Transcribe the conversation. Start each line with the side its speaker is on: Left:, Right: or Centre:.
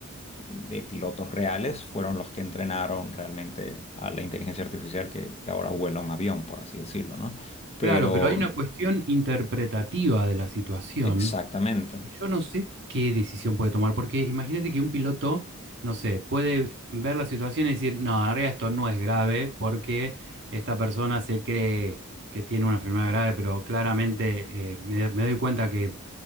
Left: de pilotos reales fueron los que entrenaron realmente a la inteligencia artificial que, que ahora vuela un avión, por así decirlo, ¿no? Pero
Right: Claro, pero hay una cuestión interpretativa de la situación.
Left: exactamente,
Right: que Yo no sé qué decisión puede tomar, porque imagínate que un piloto, no sé, puede ver la situación y decir, no, en realidad esto no es grave porque esta persona se cree que tiene una enfermedad grave, pero claramente eh, me, me doy cuenta que,